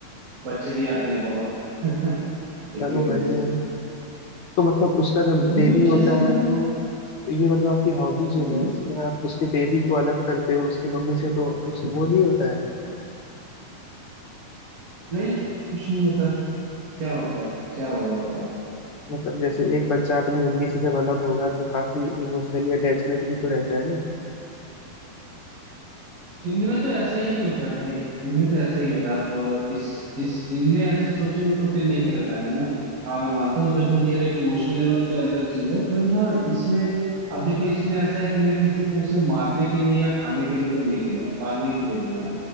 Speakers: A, on the right; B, on the left.
A: बच्चे भी आते हैं बहुत <laughs> इसी
B: चलो
A: वजह
B: बढ़िया
A: से
B: है तो मतलब उसका जब
A: तो तुम
B: बेबी
A: भी कुछ
B: होता
A: ऐसा ही
B: है
A: बनाओ
B: तो ये मतलब आपकी हॉबी जो
A: हम्म
B: है इसमें आप उसके बेबी को अलग करते हो उसके मम्मी से तो कुछ वो नहीं होता है
A: नहीं कुछ नहीं होता क्या होता है क्या होगा बताओ।
B: मतलब जैसे एक बच्चा अपनी मम्मी से जब अलग होगा तो काफी इमोशनली अटैचमेंट भी तो रहता है ना
A: इनमें तो ऐसा ही होता है भाई इनमें तो ऐसा ही होता है अब इस इस इनमें ऐसा सोचेंगे तो फिर नहीं कर पाएंगे ना हाँ मैं मानता हूँ जो तुम कह रहे हो कि इमोशनल लेवल पे अलग चीज है पर हाँ इसमें अब देखो इसमें ऐसा है कि मैं किसी को उसे मारने के लिए या खाने के लिए तो नहीं दे रहा हूँ पालने के लिए दे रहा हूँ